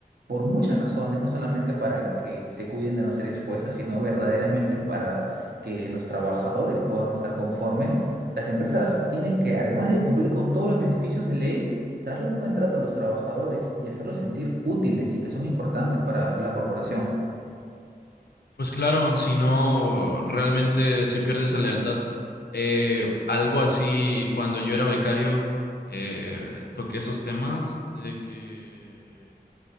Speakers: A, on the right; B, on the left.
A: por muchas razones, no solamente para que se cuiden de no ser expuestas, sino verdaderamente para que los trabajadores puedan estar conforme, las empresas tienen que, además de cumplir con todos los beneficios de ley, darle un buen trato a los trabajadores y hacerlos sentir útiles y que son importantes para la corporación.
B: Pues claro, si no, realmente se pierde esa lealtad. Eh, algo así, cuando yo era becario, eh, toqué esos temas de que